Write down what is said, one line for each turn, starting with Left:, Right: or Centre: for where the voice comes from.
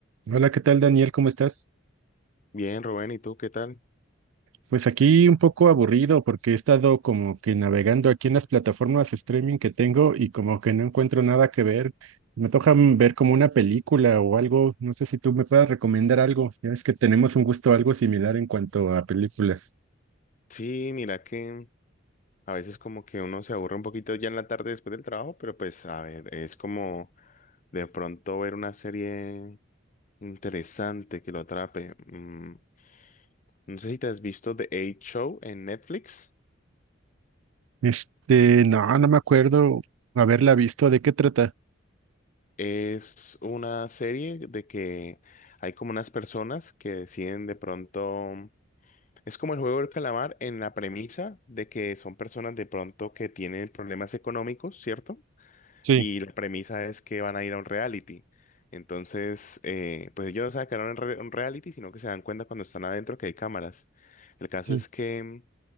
Right: Hola, ¿qué tal, Daniel? ¿Cómo estás?
Left: Bien, Rubén, ¿y tú qué tal?
Right: Pues aquí un poco aburrido porque he estado como que navegando aquí en las plataformas streaming que tengo y como que no encuentro nada que ver. Me toca mm, ver como una película o algo. No sé si tú me puedas recomendar algo. Ya ves que tenemos un gusto algo similar en cuanto a películas.
Left: Sí, mira que a veces como que uno se aburre un poquito ya en la tarde después del trabajo, pero pues a ver, es como de pronto ver una serie interesante que lo atrape. Mm, no sé si te has visto The Eight Show en Netflix.
Right: Este, no, no me acuerdo haberla visto. ¿De qué trata?
Left: Es una serie de que hay como unas personas que deciden de pronto... Es como el juego del calamar en la premisa de que son personas de pronto que tienen problemas económicos, ¿cierto?
Right: Sí,
Left: Y la premisa es que van a ir a un reality. Entonces, eh, pues ellos no saben que era un, re- un reality, sino que se dan cuenta cuando están adentro que hay cámaras. El caso
Right: sí,
Left: es que mm,